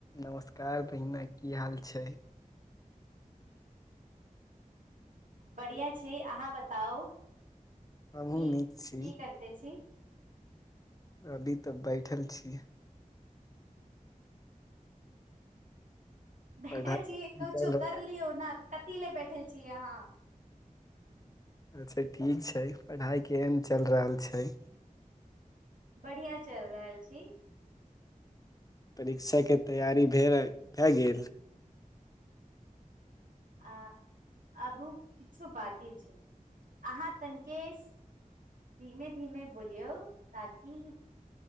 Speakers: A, on the left; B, on the right.
A: नमस्कार बहिना की हाल छै
B: बढ़ियाँ छी अहाँ बताउ, की
A: हमहुँ नीक
B: की
A: छी
B: करते छी
A: अभी तऽ बैठल छी
B: बैठल
A: पढ़ाइ
B: छियै, कछो
A: चल
B: कर लियौ न कथि ले बैठल छियै अहाँ
A: अच्छा ठीक छै, पढ़ाइ केहन चल रहल छै
B: बढ़िया चल रहल छी
A: परीक्षाके तैयारी भेए भए गेल
B: आ अभू किछो बाँकी छै। अहाँ तनिकेश धीमे-धीमे बोलियौ, ताकि